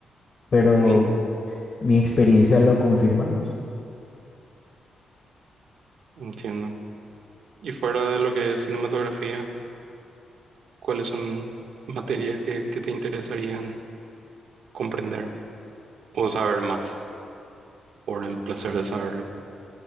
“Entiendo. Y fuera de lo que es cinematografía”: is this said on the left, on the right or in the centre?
Right